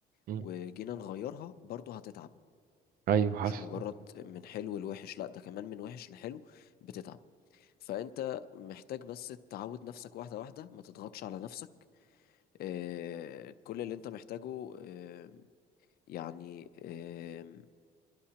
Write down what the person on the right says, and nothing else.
مم.
ايوه
حصل